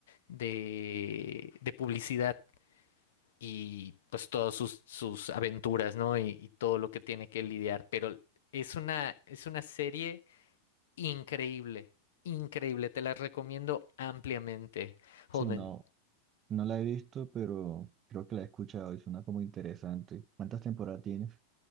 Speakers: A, on the left; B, on the right.
A: de, de publicidad. Y pues todas sus, sus aventuras, ¿no? Y, y todo lo que tiene que lidiar. Pero es una, es una serie Increíble, increíble, te las recomiendo ampliamente, Holman.
B: Sí, no, no la he visto, pero creo que la he escuchado y suena como interesante. ¿Cuántas temporadas tienes?